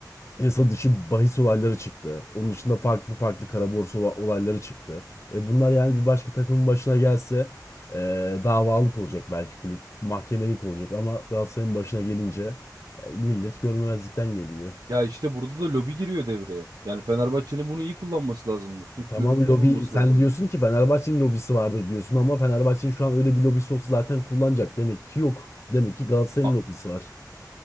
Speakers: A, on the left (about 40°); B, on the right (about 70°).
A: yasa dışı bahis olayları çıktı. Onun dışında farklı farklı kara borsa ola- olayları çıktı. E bunlar yani bir başka takımın başına gelse e, davalık olacak belki kulüp, mahkemelik olacak ama Galatasaray'ın başına gelince e, millet görmemezlikten geliyor.
B: Ya işte burada da lobi giriyor devreye. Yani Fenerbahçe'nin bunu iyi kullanması lazımdı. Suç
A: E, Tamam
B: duyurusunda
A: lobi
B: bulunması
A: sen
B: lazımdı.
A: diyorsun ki Fenerbahçe'nin lobisi vardır diyorsun ama Fenerbahçe'nin şu an öyle bir lobisi olsa zaten kullanacak. Demek ki yok. Demek ki Galatasaray'ın
B: A-
A: lobisi var.